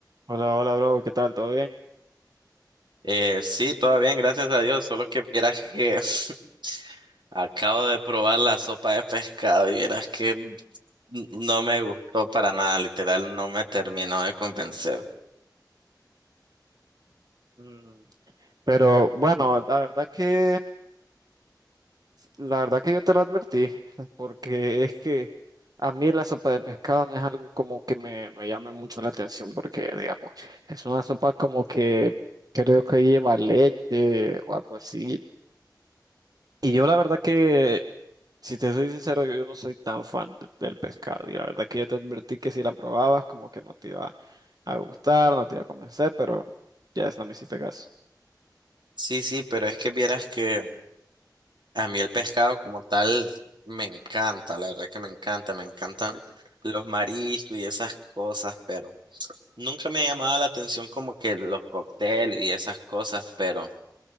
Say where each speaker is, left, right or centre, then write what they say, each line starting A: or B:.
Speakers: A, on the right (about 55°); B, on the right (about 80°).
A: Hola, hola, bro, ¿qué tal? ¿Todo bien?
B: Eh, sí, todo bien, gracias a Dios. Solo que vieras que <laughs> acabo de probar la sopa de pescado y vieras que n- no me gustó para nada, literal, no me terminó de convencer.
A: Mm, Pero bueno, la verdad que, la verdad que yo te lo advertí, porque es que a mí la sopa de pescado no es algo como que me, me llame mucho la atención, porque digamos, es una sopa como que creo que lleva leche o algo así. Y yo la verdad que, si te soy sincero, yo, yo no soy tan fan de- del pescado, y la verdad que yo te advertí que si la probabas, como que no te iba a gustar, no te iba a convencer, pero ya es, no me hiciste caso.
B: Sí, sí, pero es que vieras que a mí el pescado como tal me encanta, la verdad que me encanta, me encantan los mariscos y esas cosas, pero nunca me ha llamado la atención como que los cócteles y esas cosas, pero.